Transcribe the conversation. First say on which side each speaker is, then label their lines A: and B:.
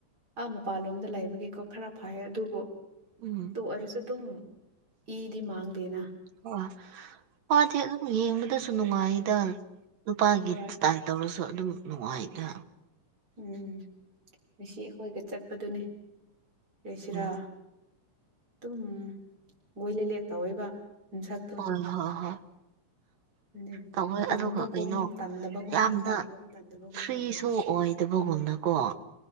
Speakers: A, on the right (about 30°); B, on the right (about 65°).
A: ꯑꯥ ꯃꯄꯥꯟꯂꯣꯝꯗ ꯂꯩꯕꯒꯤꯀꯣ ꯈꯔ ꯐꯥꯏ ꯑꯗꯨꯕꯨ
B: ꯎꯝ
A: ꯑꯗꯨ ꯑꯣꯏꯔꯁꯨ ꯑꯗꯨꯝ ꯏꯗꯤ ꯃꯥꯡꯗꯦꯅ
B: ꯑꯣ ꯃꯥꯗꯤ ꯑꯗꯨꯝ ꯌꯦꯡꯕꯗꯁꯨ ꯅꯨꯡꯉꯥꯏꯗ ꯅꯨꯄꯥꯒꯤ
A: ꯍꯣꯏ
B: ꯏꯁꯇꯥꯏꯜ ꯇꯧꯔꯁꯨ ꯑꯗꯨꯝ ꯅꯨꯡꯉꯥꯏꯗ
A: ꯎꯝ ꯉꯁꯤ ꯑꯩꯈꯣꯏꯒ ꯆꯠꯄꯗꯨꯅꯤ ꯔꯦꯁꯤꯔꯥ
B: ꯎꯝ
A: ꯑꯗꯨꯝ <unintelligible> ꯇꯧꯋꯦꯕ ꯃꯁꯛꯇꯣ
B: ꯍꯣꯏ ꯍꯣꯏ ꯍꯣꯏ
A: ꯑꯗꯨꯅꯦ
B: ꯇꯧꯋꯦ
A: ꯇꯟꯕꯒꯨꯝ
B: ꯑꯗꯨꯒ ꯀꯩꯅꯣ
A: ꯇꯟꯗꯕꯒꯨꯝ
B: ꯌꯥꯝꯅ
A: ꯇꯟꯒꯨꯝ ꯇꯟꯗꯕꯒꯨꯝ
B: ꯐ꯭ꯔꯤꯁꯨ
A: ꯇꯧꯋꯦꯕ
B: ꯑꯣꯏ ꯑꯣꯏꯗꯕꯒꯨꯝꯅꯀꯣ